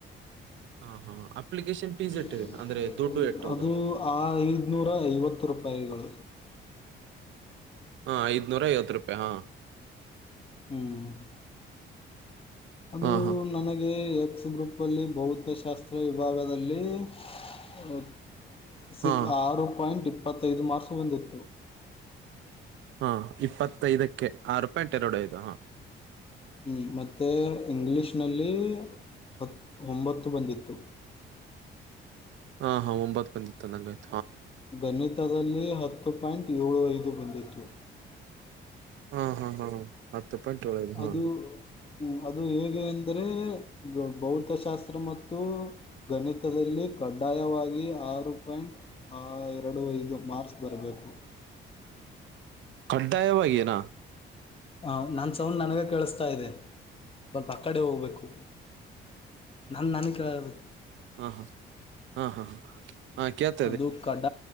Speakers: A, on the right; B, on the left.
A: ಹಾ ಹಾ ಅಪ್ಲಿಕೇಶನ್ ಫೀಸ್ ಎಟ್ಟಿದೆ
B: <inaudible>
A: ಅಂದ್ರೆ ದುಡ್ಡು ಎಟ್ಟುದು
B: ಅದು ಹಾ ಐದ್ನೂರ ಐವತ್ತು ರೂಪಾಯಿಗಳು
A: ಹಾ ಐದನೂರ ಐವತ್ತು ರೂಪಾಯಿ ಹಾ
B: ಹ್ಮ್ ಅದು
A: ಹಾ ಹಾ
B: ನನಗೆ ಎಕ್ಸ್ ಗ್ರೂಪ್ ಅಲ್ಲಿ ಭೌತಶಾಸ್ತ್ರ ವಿಭಾಗದಲ್ಲಿ <unintelligible> ಸಿಕ್
A: ಹಾ
B: ಆರು ಪಾಯಿಂಟ್ ಇಪ್ಪತ್ತೈದು ಮಾರ್ಸ್ ಬಂದಿತ್ತು
A: ಹಾ ಇಪ್ಪತ್ತೈದಕ್ಕೆ ಆರು ಪಾಯಿಂಟ್ ಎರಡು ಐದು ಹಾ
B: ಹ್ಮ್ ಮತ್ತೆ ಇಂಗ್ಲೀಷ್ ನಲ್ಲಿ ಹತ್ತ್ ಒಂಬತ್ತು ಬಂದಿತ್ತು
A: ಹಾ ಹಾ ಒಂಬತ್ ಬಂದಿತ್ತು ನಂಗ <unintelligible>
B: ಗಣಿತದಲ್ಲಿ ಹತ್ತು ಪಾಯಿಂಟ್ ಏಳು ಐದು ಬಂದಿತ್ತು
A: ಹಾ ಹಾ ಹಾ ಹತ್ತು ಪಾಯಂಟ್ ಏಳು ಐದು ಹಾ
B: ಅದು ಹ್ಮ್ ಅದು ಹೇಗೆ ಅಂದ್ರೆ ಭೌತಶಾಸ್ತ್ರ ಮತ್ತು ಗಣಿತದಲ್ಲಿ ಕಡ್ಡಾಯವಾಗಿ ಆರು ಪಾಯಿಂಟ್ ಎರಡು ಐದು ಮಾರ್ಕ್ಸ್ ಬರಬೇಕು
A: ಕಡ್ಡಾಯವಾಗೀನಾ
B: ಹಾ ನನ್ನ ಸೌಂಡ್ ನನಗೆ ಕೇಳಿಸ್ತಾ ಇದೆ ಸ್ವಲ್ಪ ಅ ಕಡೆ ಹೋಗ್ಬೇಕು ನನ್ದ ನನ್ ಕೇಳಬೇ <unintelligible>
A: ಹಾ ಹಾ ಹಾ ಹಾ ಹಾ <unintelligible>
B: ಅದು ಕಡ